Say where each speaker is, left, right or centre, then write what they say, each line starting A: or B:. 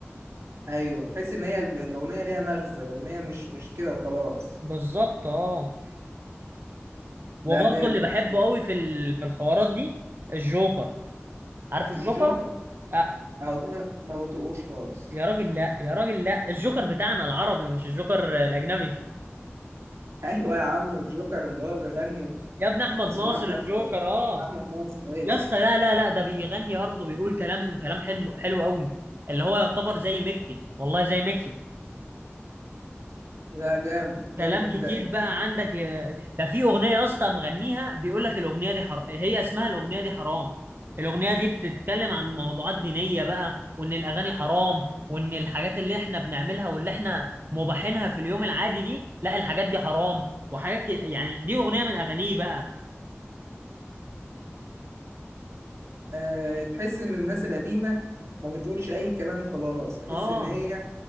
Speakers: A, on the right; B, on the right.
A: ايوه تحس ان هي ال- الاغنيه ليها مغزى الاغنيه مش مش كده وخلاص
B: بالظبط اه
A: لا
B: وبرضه
A: جامد
B: اللي بحبه
A: بصراحه
B: قوي في ال- في الحوارات دي الجوكر عارف الجوكر
A: الجوكر
B: آه.
A: اهو ده أنا ما بطيقوش خالص
B: يا راجل لا يا راجل لا الجوكر بتاعنا العربي مش الجوكر الاجنبي
A: <laughs> ايوه يا عم الجوكر اللي هو بيغني
B: يا ابن احمد
A: اسمه
B: ناصر
A: احمد
B: الجوكر اه
A: احمد ناصر ايوه
B: يا اسطى لا لا لا ده بيغني برضه بيقول كلام كلام حلو حلو قوي اللي هو يعتبر زي ميكي والله زي ميكي
A: لا جامد جامد
B: كلام كتير
A: انت
B: بقى عندك يا- ده في اغنيه يا اسطى مغنيها بيقول لك الاغنيه دي حرام هي اسمها الاغنيه دي حرام الاغنيه دي بتتكلم عن موضوعات دينيه بقى وان الاغاني حرام وان الحاجات اللي احنا بنعملها واللي احنا مباحينها في اليوم العادي دي لا الحاجات دي حرام وحاجات ك... يعني دي اغنيه من اغانيه بقى
A: أه تحس ان الناس القديمه ما بتقولش اي كلام وخلاص تحس
B: اه
A: ان هي